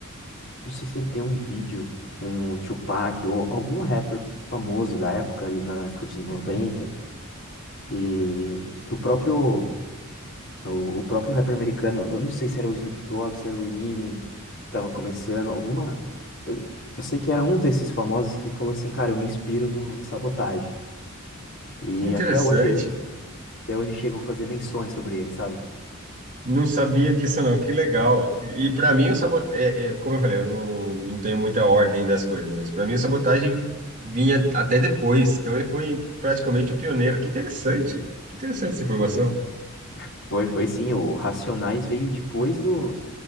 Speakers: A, on the left; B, on the right.
A: Não sei se ele tem um vídeo com o Tupac ou algum rapper famoso da época, ali na época de noventa
B: Hum,
A: que, que o próprio. O, o próprio rapper americano, eu não sei se era o Snoop Dogg, se era o Eminem, que tava começando, alguma. Eu, eu sei que era um desses famosos que falou assim, cara, eu me inspiro no, no Sabotage. E
B: Que interessante.
A: até hoje, até hoje chegam a fazer menções sobre ele, sabe?
B: Não sabia disso, não. Que legal. E para mim, o sabotagem, é, é, como eu falei, eu não, não tenho muita ordem das coisas, mas para mim, o Sabotagem vinha até depois. Então, ele foi praticamente o pioneiro. Que interessante. Que interessante essa informação
A: Foi, foi, foi sim. O Racionais veio depois do,